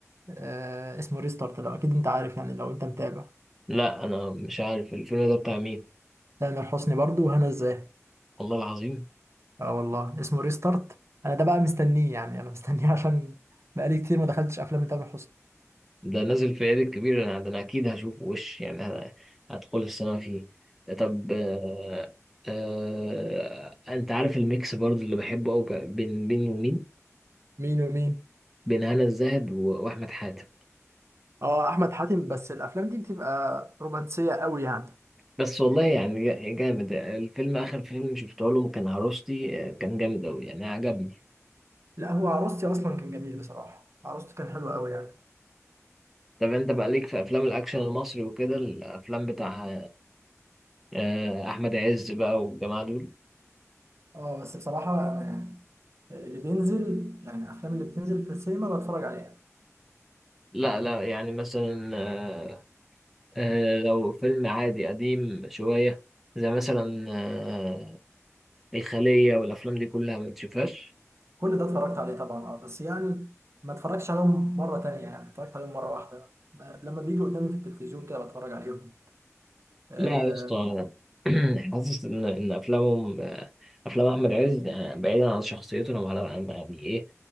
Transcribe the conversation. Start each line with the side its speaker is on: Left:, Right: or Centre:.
Right: آه اسمه ريستارت لو اكيد انت عارف يعني لو انت متابع
Centre: لا انا مش عارف الفيلم ده بتاع مين
Right: تامر حسني برضو وهنا الزاهد
Centre: والله العظيم
Right: اه والله اسمه ريستارت انا ده بقى مستنيه يعني انا مستنيه <laughs> عشان بقالي كتير ما دخلتش افلام تامر حسني
Centre: ده نازل في العيد الكبير انا ده انا اكيد هشوفه وش يعني ه- هدخل السينما فيه طب آه آه انت عارف الميكس برضه اللي بحبه قوي بين بين ومين
Right: مين ومين
Centre: بين هنا الزاهد و- واحمد حاتم
Right: اه احمد حاتم بس الافلام دي بتبقى رومانسيه قوي يعني
Centre: بس والله يعني جا- جامد الفيلم اخر فيلم شفته لهم كان عروستي آه، كان جامد قوي يعني عجبني
Right: لا هو عروستي اصلا كان جميل بصراحه عروسته كان حلو قوي يعني
Centre: طب انت بقى ليك في افلام الاكشن المصري وكده الافلام بتاع آه، احمد عز بقى والجماعه دول
Right: اه بس بصراحه انا يعني اللي بينزل يعني الافلام اللي بتنزل في السينما بتفرج عليها
Centre: لا لا يعني مثلا آه، آه، لو فيلم عادي قديم شوية زي مثلا آه، الخلية والأفلام دي كلها ما تشوفهاش
Right: كل ده اتفرجت عليه طبعا اه بس يعني ما اتفرجتش عليهم مره تانية يعني اتفرجت عليهم مره واحده ب- لما بيجوا قدامي في التلفزيون كده بتفرج عليهم آه
Centre: لا يا اسطى <clears throat> حاسس إن إن أفلامهم آه، أفلام أحمد عز آه، بعيدا عن شخصيته وعلى يعني إيه